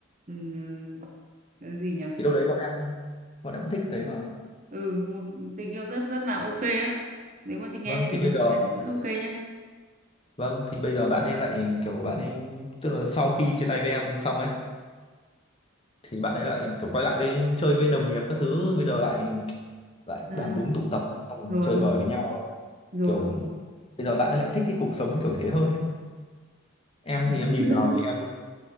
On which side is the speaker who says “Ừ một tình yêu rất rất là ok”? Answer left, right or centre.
Right